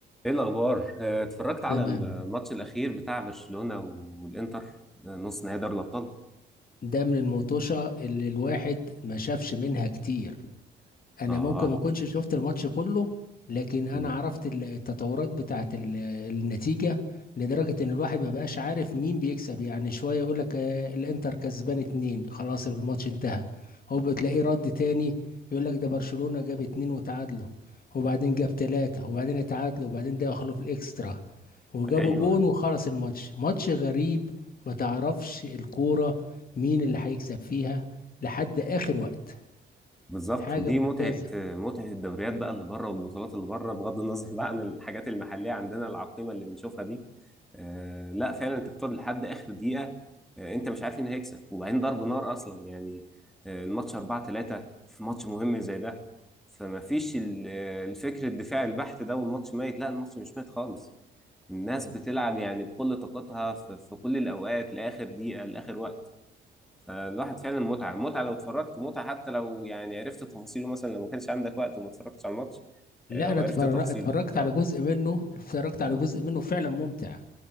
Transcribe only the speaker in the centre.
ايه الاخبار آه، اتفرجت على
الماتش الاخير بتاع برشلونة والانتر آه، نص نهائي دوري الابطال
اه
<laughs> مم.
ايوه
بالظبط
ودي
متعة متعة الدوريات بقى اللي بره والبطولات اللي بره بغض النظر بقى عن الحاجات المحلية عندنا العقيمة اللي بنشوفها دي آه لا فعلا انت بتقعد لحد آخر دقيقة آه انت مش عارف مين هيكسب وبعدين ضرب نار أصلا يعني آه الماتش 4 3 في ماتش مهم زي ده فما فيش ال- آه، الفكر الدفاعي البحت ده والماتش ميت لا الماتش مش ميت خالص الناس بتلعب يعني بكل طاقتها في في كل الأوقات لآخر دقيقة لآخر وقت فالواحد فعلا متعة متعة لو اتفرجت ومتعة حتى لو يعني عرفت تفاصيله مثلا لو ما كانش عندك وقت وما اتفرجتش على الماتش
آه، لو
عرفت
تفاصيله
اه
اه